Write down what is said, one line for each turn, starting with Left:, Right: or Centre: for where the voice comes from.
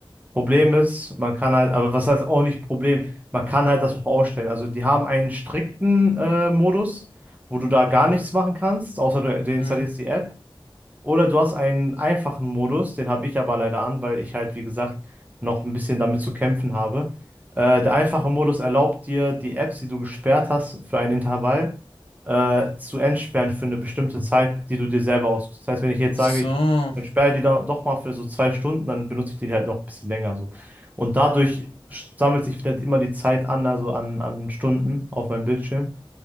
Right: Problem ist, man kann halt, aber was heißt auch nicht Problem, man kann halt das auch ausstellen. Also die haben einen strikten äh, Modus, wo du da gar nichts machen kannst, außer du, du installierst
Left: Mhm.
Right: die App. Oder du hast einen einfachen Modus, den habe ich aber leider an, weil ich halt, wie gesagt, noch ein bisschen damit zu kämpfen habe. Äh, der einfache Modus erlaubt dir, die Apps, die du gesperrt hast, für ein Intervall äh, zu entsperren für eine bestimmte Zeit, die du dir selber aussuchst. Das heißt, wenn ich jetzt
Left: Ach
Right: sage,
Left: so.
Right: ich entsperre die da doch mal für so zwei Stunden, dann benutze ich die halt noch ein bisschen länger so. Und dadurch sammelt sich wieder immer die Zeit an, also an, an Stunden auf meinem Bildschirm